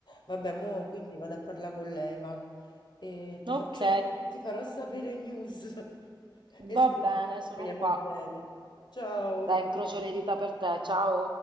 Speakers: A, on the left (about 65°); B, on the right (about 75°).
A: Vabbè, mo quindi vado a parlare con lei, va. E ti faccio,
B: Ok,
A: ti farò sapere news. <laughs> E
B: va
A: sper-
B: bene,
A: speriamo
B: sono qua.
A: bene. Ciao.
B: Dai, incrocio le dita per te. Ciao.